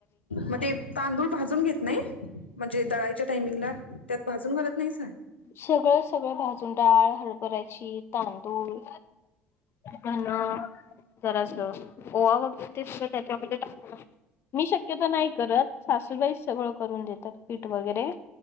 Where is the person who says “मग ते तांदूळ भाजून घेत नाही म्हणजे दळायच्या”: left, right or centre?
Left